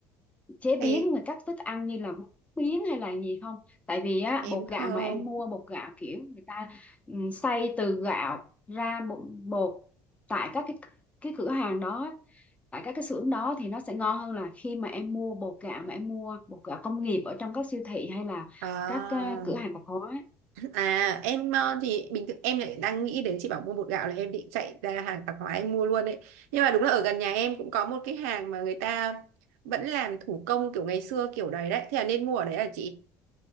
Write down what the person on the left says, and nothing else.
chế biến
rồi các thức ăn như là bún biến hay là gì không tại vì á
bột gạo
mà em mua bột gạo kiểu người ta ừ, xay từ gạo ra bột, bột tại các cái cái cửa hàng đó tại các cái xưởng đó thì nó sẽ ngon hơn là khi mà em mua bột gạo mà em mua bột gạo công nghiệp ở trong các siêu thị hay là
các ờ, cửa hàng tạp hóa